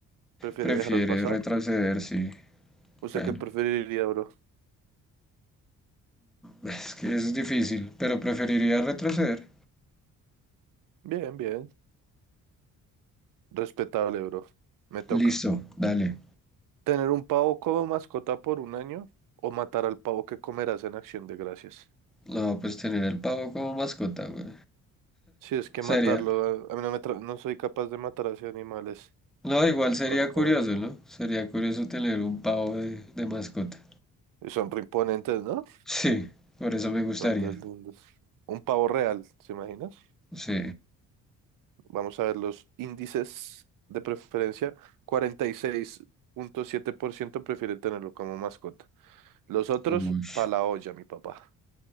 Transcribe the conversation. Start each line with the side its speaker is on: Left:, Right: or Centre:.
Right: Prefiero
Centre: prefiere
Right: viajar al pasado.
Centre: retroceder, sí.
Right: ¿Usted
Centre: Bueno,
Right: qué preferiría, bro?
Centre: es que es difícil, pero preferiría retroceder.
Right: Bien, bien. Respetable, bro. Me toca.
Centre: Listo, dale.
Right: ¿Tener un pavo como mascota por un año o matar al pavo que comerás en Acción de Gracias?
Centre: No, pues tener el pavo como mascota, güey.
Right: Si es que
Centre: Sería,
Right: matarlo, a a mí no me tra- no soy capaz de matar a esos animales.
Centre: No, igual sería
Right: pa' comer.
Centre: curioso, ¿no? Sería curioso tener un pavo de, de mascota.
Right: Y Son reimponentes, ¿no?
Centre: Sí, por eso me gustaría.
Right: Son re lindos. Un pavo real, ¿se imaginas?
Centre: Sí.
Right: Vamos a ver los índices de preferencia. 46.7% prefiere tenerlo como mascota. Los otros,
Centre: Uy,
Right: pa' la olla, mi papá.